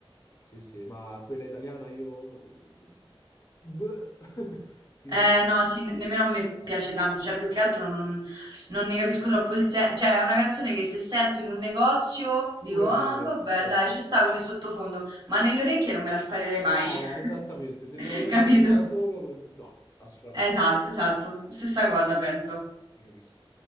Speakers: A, on the left; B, on the right.
A: Sì, sì, ma quella italiana io... Bleh. <laughs> Mi viene...
B: Eh, no, sì, ne- nemmeno a me
A: la faccio.
B: piace tanto, cioè più che altro non, non ne capisco troppo il senso, cioè è una canzone che se sento in un negozio dico,
A: Pure
B: ah,
A: pure.
B: vabbè,
A: cioè,
B: dai, ci sta come sottofondo, ma nelle orecchie non me la sparerei mai,
A: brava,
B: <laughs>
A: esattamente. Se me la devo
B: capito?
A: sentire da solo, non- no, assolutamente.
B: Esatto,
A: no,
B: esatto. Stessa cosa penso.
A: Ti capisco.